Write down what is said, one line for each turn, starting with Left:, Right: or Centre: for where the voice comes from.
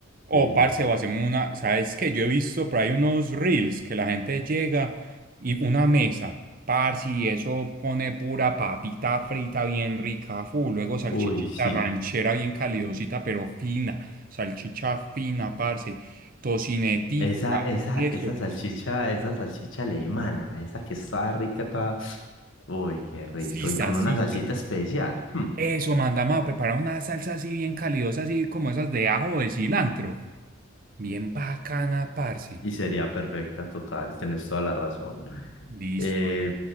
Right: o
Left: Sí.
Right: parce, o hacemos una, ¿sabes qué? Yo he visto por ahí unos reels que la gente llega y una mesa, parce, y eso pone pura papita frita bien rica, full, luego salchichita
Left: Uy, sí.
Right: ranchera bien calidosita, pero fina, salchicha fina, parce, tocinetica,
Left: Esa, esa,
Right: queso.
Left: esa salchicha, esa salchicha alemana, esa que está rica, está... Uy, qué rico.
Right: Sisa,
Left: Y con
Right: sisa.
Left: una salsita especial. hmm.
Right: Eso, mandamos a preparar una salsa así bien calidosa, así como esas de ajo o de cilantro. Bien bacana, parce.
Left: Y sería perfecta, total, tienes toda la razón.
Right: Listo.
Left: Eh,